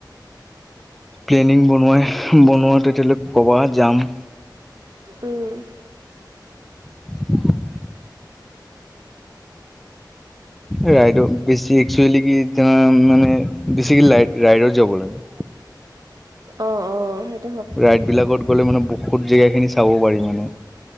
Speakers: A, in the centre; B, on the right (about 55°).
A: প্লেনিং বনোৱাই বনোৱা তেতিয়ালৈ ক'বাত যাম।
B: উম।
A: <inaudible> ৰাইড বেছি একচুৱেলি কি তা মানে বেছিকেলী ৰাইডত যাব লাগে।
B: অ অ সেই
A: ৰাইড বিলাকত গ'লে মানে বহুত জেগাখিনি চাব পাৰি মানে।